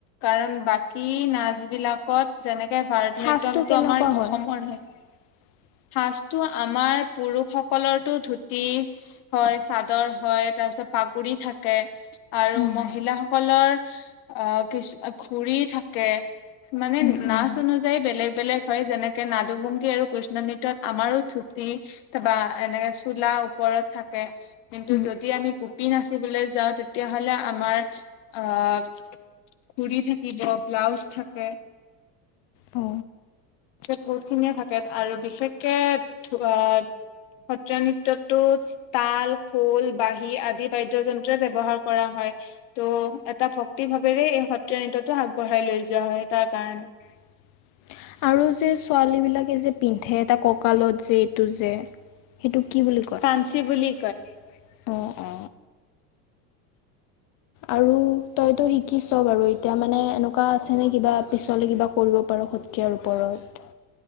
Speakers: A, on the left; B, on the left.
A: কাৰণ বাকী নাচ বিলাকত যেনেকে ভাৰত
B: সাজটো
A: নাট্যমটো
B: কেনেকুৱা
A: আমাৰ
B: হয়?
A: অসমৰ হে।
B: <inaudible>
A: ফাৰ্ষ্টটো আমাৰ পুৰুষ সকলৰতো ধুতি হয় চাদৰ হয় তাৰ পিছত পাগুৰি থাকে। আৰু
B: উম।
A: মহিলাসকলৰ আহ পিছ ঘুৰি থাকে। মানে
B: উম,
A: নাচ
B: উম।
A: অনুযায়ী বেলেগ বেলেগ হয়। যেনেকে নাদুভংগী আৰু কৃষ্ণ নৃত্যত আমাৰো ধুতি ত বা এনেকে চোলা ওপৰত ঘৰত থাকে কিন্তু
B: উম।
A: যদি আমি বিহু নাচিবলৈ যাওঁ তেতিয়াহলে আমাৰ আহ উৰি থাকিব ব্লাউজ থাকে।
B: অ
A: বহুতখিনিয়ে থাকে আৰু বিশেষকে ধ সত্ৰীয়া নৃত্যটোত তাল, খোল, বাঁহী আদি বাদ্যযন্ত্ৰই ব্যৱহাৰ কৰা হয়। ত' এটা ভক্তি ভাৱেৰে এই সত্ৰীয়া নৃত্যটো আগবঢ়াই লৈ যোৱা হয় তাৰ কাৰণে।
B: <inaudible> আৰু যে ছোৱালী বিলাকে যে পিন্ধে এটা ককালত যে এইটো যে সেইটো কি বুলি কয়
A: কাঞ্চী বুলি
B: অ অ আৰু তইতো শিকিছ বাৰু এতিয়া মানে এনেকুৱা আছে নে কিবা পিছলে কিবা কৰিব পাৰি প সত্ৰীয়াৰ ওপৰত